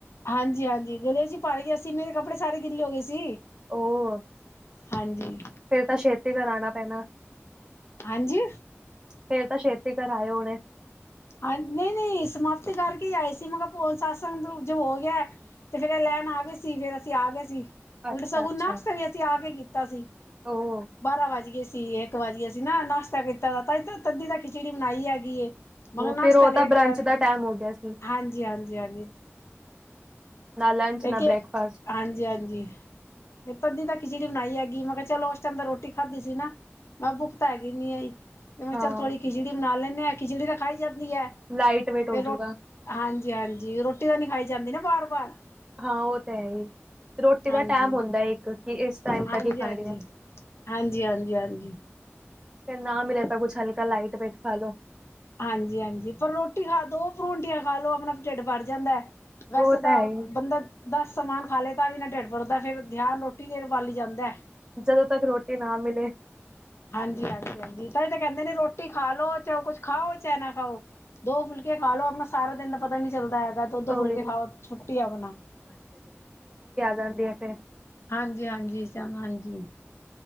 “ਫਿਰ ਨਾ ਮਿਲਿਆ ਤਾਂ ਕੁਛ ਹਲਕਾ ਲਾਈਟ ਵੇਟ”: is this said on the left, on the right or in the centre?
Right